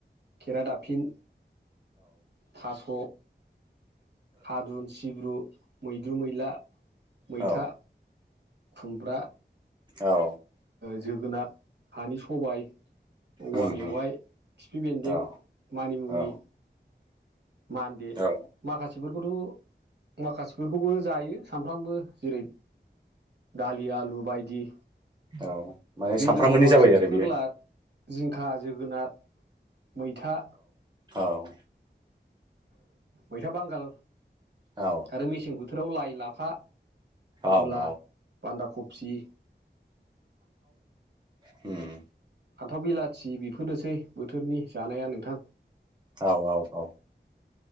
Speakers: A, on the right (about 65°); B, on the right (about 25°).
A: केरादाफिन थास' हादुन सिब्रु मैद्रु मैला मैथा।
B: औ
A: खुमब्रा।
B: औ।
A: जोगोनार हानि सबाय औवा
B: उम
A: मेवाइ
B: उम
A: खिफि बेन्दों
B: औ
A: मानिमुनि
B: औ
A: मानदे
B: औ
A: माखासेख बिफोरखौथ' माखासेफोरखौबो जायो सानफ्रामबो जेरै दालि आलु बायदि।
B: औ। माने
A: दैज्लांआव
B: सामफ्रामबोनि
A: बांसिन
B: जाबाय आरो
A: फोरला।
B: बियो
A: जिंखा जोगोनार मैथा।
B: ओं्
A: मैथा बांगाल
B: औ
A: आरो मेसें बोथोराव लाइ लाफा।
B: औ
A: मुला
B: औ
A: बान्दा खफि।
B: ह <inaudible>
A: फान्थाव बिलाथि बेफोरनोसै बोथोरनि जानाया नोंथां।
B: औ औ औ